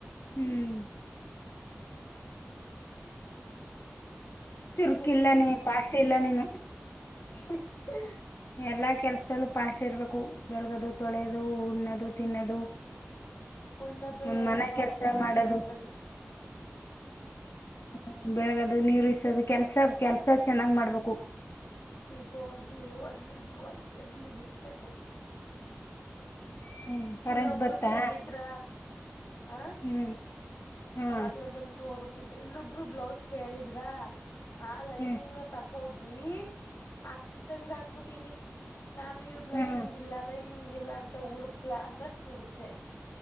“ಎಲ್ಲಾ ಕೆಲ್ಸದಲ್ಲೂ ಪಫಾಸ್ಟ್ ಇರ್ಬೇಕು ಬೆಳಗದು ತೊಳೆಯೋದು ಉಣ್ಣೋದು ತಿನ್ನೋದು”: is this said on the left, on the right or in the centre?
Left